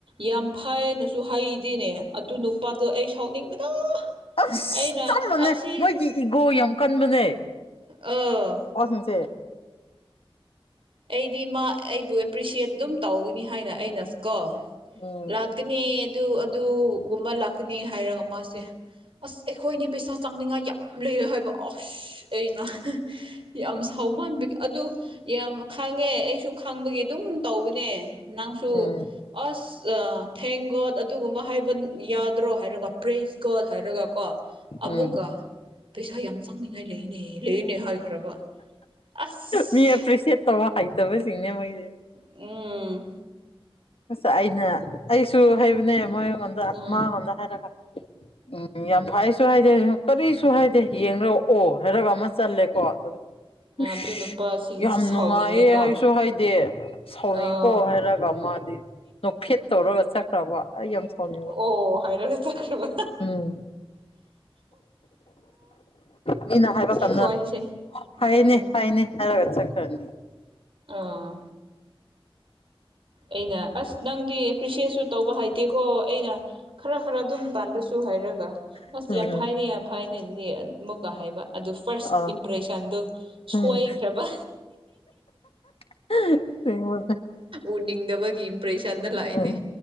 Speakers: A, on the right (about 65°); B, on the left (about 75°).
A: ꯌꯥꯝ ꯐꯅꯁꯨ ꯍꯩꯗꯤꯅꯦ ꯑꯗꯨ ꯅꯨꯄꯥꯗꯣ ꯑꯩ ꯁꯥꯎꯅꯤꯡꯕꯗ
B: ꯑ
A: ꯑꯩꯅ
B: ꯆꯞꯝꯕꯅꯦ
A: ꯑꯁꯤ
B: ꯃꯣꯏꯒꯤ ꯏꯒꯣ ꯌꯥꯝ ꯀꯟꯕꯅꯦ
A: ꯑ
B: ꯑꯣꯣ ꯁꯤꯁꯦ
A: ꯑꯩꯗꯤ ꯃꯥ ꯑꯩꯕꯨ ꯑꯦꯄ꯭ꯔꯤꯁꯤꯌꯦꯠ ꯑꯗꯨꯝ ꯇꯧꯒꯅꯤ ꯍꯥꯏꯅ ꯑꯩꯅ ꯀꯣ ꯂꯥꯛ
B: ꯎꯝ
A: ꯂꯥꯛꯀꯅꯤ ꯑꯗꯨ ꯑꯗꯨꯒꯨꯝꯕ ꯂꯥꯛꯀꯅꯤ ꯍꯥꯏꯔꯒ ꯃꯥꯁꯦ ꯑꯁ ꯑꯩꯈꯣꯏꯅꯤ ꯄꯩꯁꯥ ꯆꯥꯅꯤꯡꯉꯥꯏ ꯌꯥꯝ ꯂꯩꯔ ꯍꯥꯏꯕ ꯑꯁ ꯑꯩꯅ ꯌꯥꯝ ꯁꯥꯎ ꯃꯥꯟꯕꯤ ꯑꯗꯨ ꯌꯥꯝ ꯈꯪꯉꯦ ꯑꯩꯁꯨ ꯈꯪꯕꯒꯤ ꯑꯗꯨꯝ ꯇꯧꯕꯅꯦ ꯅꯪꯁꯨ
B: ꯎꯝ
A: ꯑꯁ ꯊꯦꯡ ꯒꯣꯗ ꯑꯗꯨꯒꯨꯝꯕ ꯍꯥꯏꯕ ꯌꯥꯗ꯭ꯔꯣ ꯍꯥꯏꯔꯒ ꯄ꯭ꯔꯦꯁꯀꯠ ꯍꯥꯏꯔꯒꯀꯣ ꯑꯃꯨꯛꯀ
B: ꯎꯝ
A: ꯄꯩꯁꯥ ꯌꯥꯝ ꯆꯪꯅꯤꯡꯉꯥꯏ ꯂꯩꯅꯦ ꯂꯩꯅꯦ ꯍꯥꯏꯈ꯭ꯔꯕ ꯑꯁ
B: ꯃꯤ ꯑꯦꯄ꯭ꯔꯤꯁꯦꯠ ꯇꯧꯕ ꯍꯩꯇꯕꯁꯤꯡꯅꯦ ꯃꯣꯏꯁꯦ
A: ꯎꯝ
B: ꯑꯁ ꯑꯩꯅ ꯑꯩꯁꯨ ꯍꯥꯏꯕꯅꯦ ꯃꯣꯏꯉꯣꯟꯗ
A: ꯎꯝ
B: ꯃꯥꯉꯣꯟꯗ ꯍꯥꯏꯔꯒ ꯎꯝ ꯌꯥꯝ ꯐ ꯁꯨ ꯍꯥꯏꯗꯦ ꯀꯔꯤꯁꯨ ꯍꯥꯏꯗꯦ ꯌꯦꯡꯅꯔꯛꯑꯣ ꯍꯥꯏꯔꯒ ꯑꯃ ꯆꯜꯂꯦꯀꯣ ꯑꯗꯨꯗꯤ ꯁ
A: ꯑꯗꯨ ꯅꯨꯄꯥꯁꯤꯡꯁꯤ
B: ꯌꯥꯝ
A: ꯁꯥꯎꯅꯤꯡꯉꯦꯀꯣ
B: ꯅꯨꯡꯉꯥꯏꯌꯦ ꯍꯥꯏꯁꯨ ꯍꯥꯏꯗꯦ ꯁꯥꯎꯅꯤꯡ
A: ꯑꯥ
B: ꯀꯣ ꯍꯥꯏꯔꯒ ꯃꯥꯗꯤ ꯅꯨꯡꯐꯦꯠ ꯇꯧꯔꯒ ꯆꯠꯈ꯭ꯔꯕ ꯑꯩ ꯌꯥꯝ ꯁꯥꯎꯅꯤꯡꯉ
A: ꯑꯣ ꯍꯥꯏꯔꯒ ꯆꯠꯈ꯭ꯔꯕ
B: ꯎꯝ ꯃꯤꯅ ꯍꯥꯏꯕ
A: ꯁꯤ
B: ꯀꯗ
A: ꯈꯣꯏꯁꯦ ꯎꯝ
B: ꯐꯩꯅꯦ ꯐꯩꯅꯦ ꯍꯥꯏꯔꯒ ꯆꯠꯈ꯭ꯔꯅꯤ
A: ꯑꯥ ꯑꯩꯅ ꯑꯁ ꯅꯪꯗꯤ ꯄ꯭ꯔꯤꯁꯤꯌꯁꯁꯨ ꯇꯧꯕ ꯍꯩꯇꯦꯀꯣ ꯑꯩꯅ ꯈꯔ ꯈꯔ ꯗꯨꯝ ꯇꯥꯟꯕꯁꯨ ꯍꯩꯔꯒ
B: ꯎꯝ
A: ꯑꯁ ꯌꯥꯝ ꯐꯩꯅꯦ ꯌꯥꯝ ꯐꯩꯅꯦ ꯑꯗꯨꯗꯤ ꯑꯃꯨꯛꯀ ꯍꯩꯕ ꯑꯗꯨ ꯐꯥꯔꯁ
B: ꯑꯥ
A: ꯏꯝꯄ꯭ꯔꯦꯁꯟꯗꯨ
B: ꯎꯝ
A: ꯁꯣꯏꯈ꯭ꯔꯕ
B: <unintelligible>
A: ꯎꯅꯤꯡꯗꯕꯒꯤ ꯏꯝꯄ꯭ꯔꯦꯁꯟꯗ ꯂꯥꯛꯑꯦꯅꯦ꯫
B: ꯎꯝ